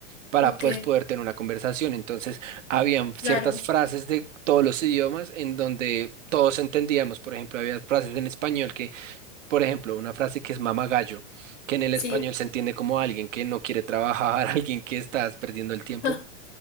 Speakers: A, on the right (about 75°); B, on the left (about 75°).
A: para
B: ok,
A: pues poder tener una conversación. Entonces, habían ciertas
B: claro,
A: frases de todos los idiomas en donde todos entendíamos, por ejemplo, había frases en español que por ejemplo, una frase que es mama gallo, que en el
B: sí.
A: español se entiende como alguien que no quiere trabajar, <laughs> alguien que estás perdiendo el tiempo.
B: <laughs>